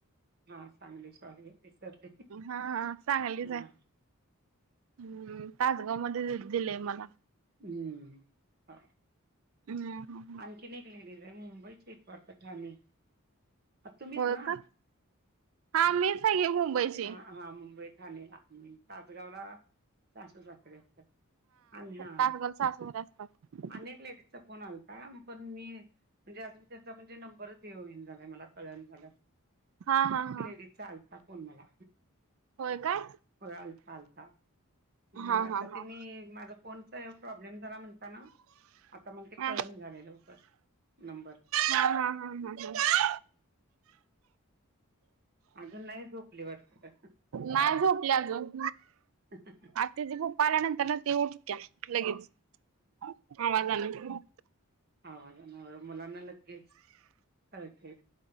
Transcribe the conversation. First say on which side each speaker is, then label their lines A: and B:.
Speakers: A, on the right; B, on the right.
A: हा सांगली सॉरी. विसरले
B: हा हा चांगली झाली.
A: हा
B: हम्म तासगाव मध्ये दिलंय मला.
A: हम्म हो
B: हम्
A: आणखीन एक लेडीज आहे, मुंबईच्यात आहे वाटतं ठाणे तुम्हीच
B: होय
A: ना?
B: का हा मीच हाय की मुंबईची.
A: हा हा मुंबई ठाणे ना. तासगाव ला सासू सासरे असतात. आणि हा
B: तासगावात सासू सासरे असतात.
A: आणि एक लेडीज चा फोन आलता. ह पण मी म्हणजे अजून त्यांचा म्हणजे नंबरच हे होईना झालायं मला कळणा झालाय.
B: हा हा हा
A: तिचा आलता फोन मला.
B: होय काय
A: हो अआलता आलता
B: हा
A: मला आता
B: हा हा.
A: तेन्ही माझा फोन झाल्यावर प्रॉब्लेम झाला ना म्हणता आता मग ते
B: हा
A: कळना झालेलं लवकर, नंबर,
B: हा हा हा हा.
A: अजून नाही झोपली वाटते.
B: नाय झोपली अजून,
A: <inaudible>
B: आता तिचे पप्पा आल्यानंतर ना ती उठते लगेच आवाज आवाजान.
A: आवाज मुलांना लगेच कळते.